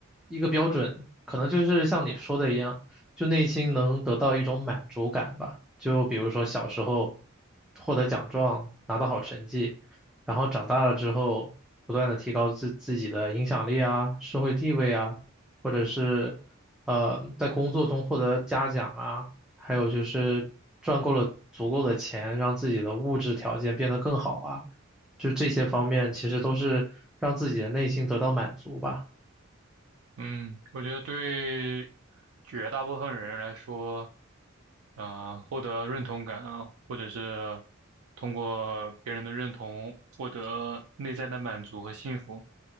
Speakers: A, in the centre; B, on the right (about 85°).
A: 一个标准，可能就是像你说的一样，就内心能得到一种满足感吧。就比如说小时候获得奖状，拿到好成绩，然后长大了之后不断的提高自自己的影响力啊、社会地位啊，或者是呃在工作中获得嘉奖啊。还有就是赚够了足够的钱，让自己的物质条件变得更好啊，就这些方面其实都是让自己的内心得到满足吧。
B: 嗯，我觉得对绝大部分人来说，呃，获得认同感啊，或者是通过别人的认同获得内在的满足和幸福，